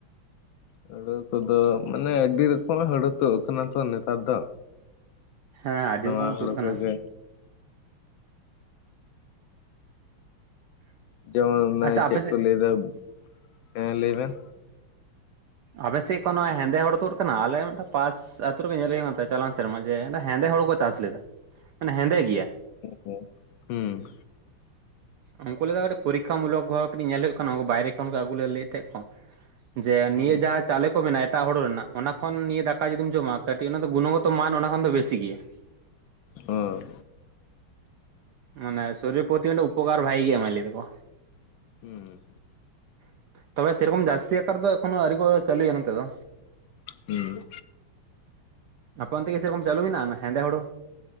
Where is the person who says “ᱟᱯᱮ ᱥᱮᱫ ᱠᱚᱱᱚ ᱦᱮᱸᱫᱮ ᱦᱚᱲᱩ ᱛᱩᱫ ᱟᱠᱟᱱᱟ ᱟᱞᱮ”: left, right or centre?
Right